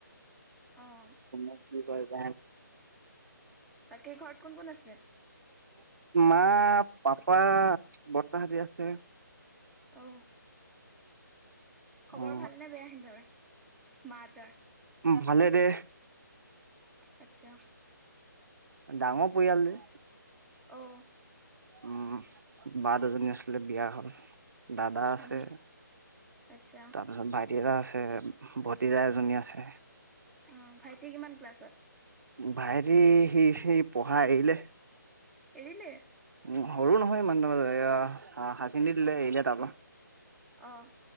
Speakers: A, in the centre; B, on the right (about 65°).
A: অ',
B: কোনে কি কয় বা?
A: বাকী ঘৰত কোন কোন আছে?
B: মা পাপা বৰ্তাহতি আছে।
A: আহ খবৰ
B: উম,
A: ভালনে বেয়া হেতৰ মাহঁতৰ।
B: ভালেৰে।
A: আচ্ছা।
B: ডাঙৰ পৰিয়াল যে।
A: আহ।
B: উম, বা দুজনী আছিলে বিয়া হ'ল। দাদা আছে,
A: উম, আচ্ছা
B: তাৰপিছত ভাইটিৰ এটা আছে। হে ভতিজা এজনী আছে।
A: অ' ভাইটিৰ কিমান ক্লাছত।
B: ভাইটিৰ সি সি পঢ়া এৰিলে।
A: এৰিলে
B: উম, সৰু নহয় ইমান ত হাই ছেকেণ্ডাৰি দিলে এৰিলে তাৰপৰা।
A: আহ,